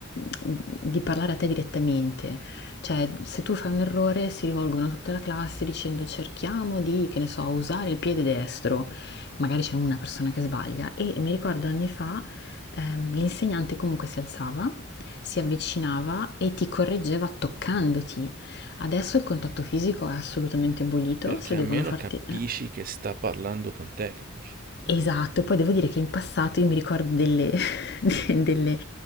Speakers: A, on the left; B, on the right.
A: di parlare a te direttamente. Cioè, se tu fai un errore, si rivolgono a tutta la classe dicendo cerchiamo di, che ne so, usare il piede destro. Magari c'è una persona che sbaglia. E mi ricordo anni fa, ehm, l'insegnante comunque si alzava si avvicinava e ti correggeva toccandoti. Adesso il contatto fisico è assolutamente abolito,
B: Perché
A: se
B: almeno
A: devono farti...
B: capisci
A: eh.
B: che sta parlando con te, capisci?
A: Esatto, e poi devo dire che in passato io mi ricordo delle, <laughs> de- delle-